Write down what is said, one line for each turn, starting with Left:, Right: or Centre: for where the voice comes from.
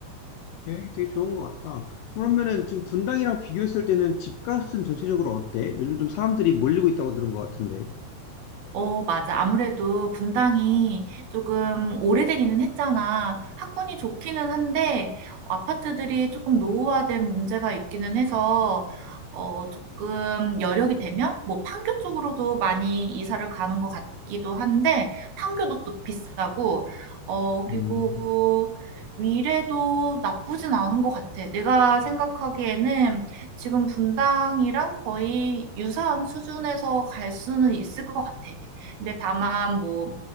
Left: 계획이 되게 좋은 것 같다. 그러면은 지금 분당이랑 비교했을 때는 집값은 전체적으로 어때? 요즘 좀 사람들이 몰리고 있다고 들은 것 같은데.
Right: 어, 맞아. 아무래도 분당이 조금 오래되기는 했잖아. 학군이 좋기는 한데, 어, 아파트들이 조금 노후화된 문제가 있기는 해서, 어, 조금 여력이 되면, 뭐, 판교 쪽으로도 많이 이사를 가는 것 같기도 한데, 판교도 또 비싸고, 어, 그리고
Left: 음.
Right: 위례도 나쁘진 않은 것 같아. 내가 생각하기에는 지금 분당이랑 거의 유사한 수준에서 갈 수는 있을 것 같아. 근데 다만 뭐